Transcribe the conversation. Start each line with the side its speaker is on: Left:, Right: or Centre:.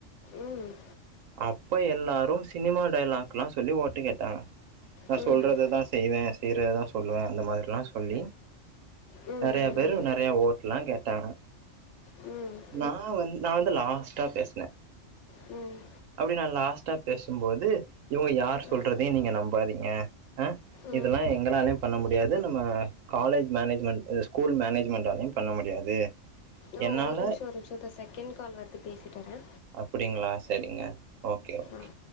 Left: ம்
Right: அப்ப எல்லாரு சினிமா டைலாக்ல்லா சொல்லி ஓட்டு கேட்டாங்க நா
Left: ம்
Right: சொல்றதுதா
Left: ம்
Right: செய்வே செய்யறதுதா சொல்லுவே அந்த மாதிரில்லா சொல்லி
Left: ம் ம்
Right: நெறையா பேரு நெறையா ஓட்ல்லா கேட்டாங்க
Left: ம் ம்
Right: நா வந்து நா வந்து லாஸ்டா பேசுனே
Left: ம்
Right: அப்டி நா லாஸ்டா பேசும்போது இவுங்க யார் சொல்றதையு
Left: ம்
Right: நீங்க நம்பாதீங்க அ
Left: ம்
Right: இதெல்லா எங்களாலயு பண்ண முடியாது நம்ம காலேஜ் மேனேஜ்மெண்ட் ஸ்கூல் மேனேஜ்மெண்ட்டாலயு பண்ண முடியாது
Left: ஆ
Right: என்னால
Left: ஒரு நிமிஷோ ஒரு நிமிஷோ இந்த செகண்ட் கால் வருது பேசிட்டு வரே
Right: அப்படிங்களா செரிங்க ஓகே ஓகே
Left: ஆ